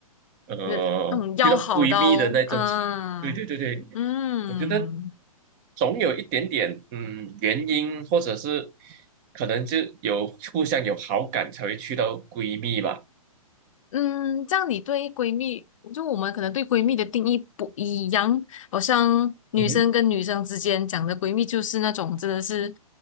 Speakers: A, on the right; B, on the left.
A: 呃，
B: 就是那种要好到，
A: 遇到闺蜜的那种，
B: 嗯嗯。
A: 对对对对，我觉得总有一点点嗯原因，或者是可能就有互相有好感才会去到闺蜜吧。
B: 嗯，这样你对闺蜜，就我们可能对闺蜜的定义不一样，好像女生跟女生之间讲的闺蜜就是那种真的是
A: 嗯哼，